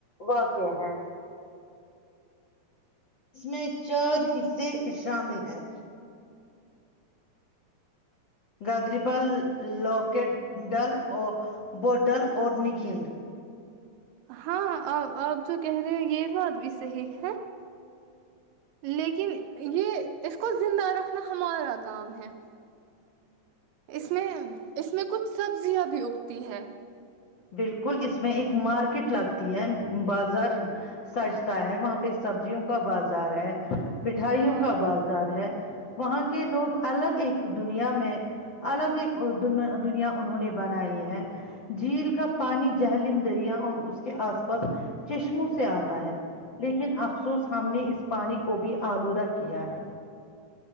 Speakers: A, on the left; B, on the right.
A: واق ا ہاں <inaudible> اس میں چار حصے شامل ہیں گاگریبال لکڈل اور بڈل اورور نکن
B: ہاں آ آپ جو کہہ رہے ہو یہ بات بھی صحیح ہے لیکن یہ اس کو زندہ رکھنا ہمارا کام ہے اس میں اس میں کچھ سبزیاں بھی اگتی ہے
A: بالکل اس میں ایک مارکیٹ لگتی ہے بازار سجتا ہے وہاں پہ سبزیوں کا بازار ہے مٹھائیوں
B: ہاں
A: کا بازار ہے وہاں کے لوگ الگ ایک دنیا میں الگ ایک د دنیا انہوں نے بنائی ہے جھیل کا پانی جہللم دریا اور اس کے آس پاس چشموں سے آتا ہے لیکن افسوس ہم نے اس پانی کو بھی آلودہ کیا ہے